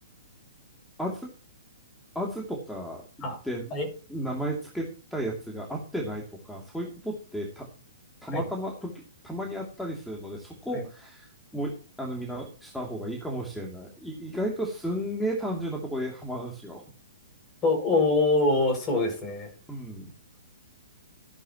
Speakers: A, in the centre; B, on the left.
A: アズ、アズとかで名前つけたやつが合ってないとか、
B: あ、はい。
A: そういうことってた、たまたま時、
B: はい。
A: たまにあったりするので、そこ
B: はい。
A: もう、あの、みんなした方がいいかもしれない。い、意外とすんげえ単純なところでハマるんですよ。
B: お、おー、そうですね。
A: うん。<laughs>